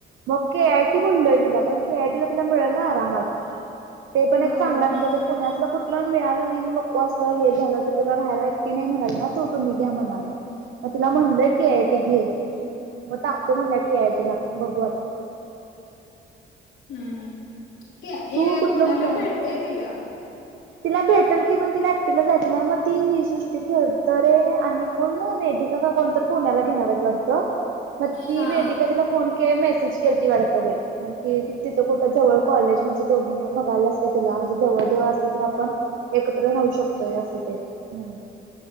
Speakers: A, on the right; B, on the left.
A: बग की ए आय टी म्हणलोय तिला, कारण के आय टी ला मिळल ना आरामात. ते पण
B: होय
A: एक चांगल
B: मिळाली
A: म्हणलतर पुण्यातल कुठल मिळाल नाही नको असलं, हे झालं, तर त्याला राहायला एकटी नाही म्हणाल्या ना तो तुम्ही घ्या म्हणाल्या. मग तिला म्हणलय के आय टी घे मग टाकतो म्हणलं के आयटी ला बघू आता
B: हम्म.. क ए
A: तू कुठलं
B: पुण्याला
A: कुठलं
B: भेटतय तीला
A: तिला भेटेल की पण तिला एकटीला जायचं नाही मग ती ही सुश फडतरे आणि कोण वेदिका का कोणतर पुण्याला घेणार आहेत वाटत. म ती
B: हा
A: वेदिका तिला फोन के मेसेज केलाती वाटतं बाई, की त तिथं कुठ जवळ कॉलेज म्हणजे दोघींना बघायल्यास काय तुला म्हणजे जवळ-जवळ नाही तर आपण एकत्र राहू शकतोय, अस ते म्हणून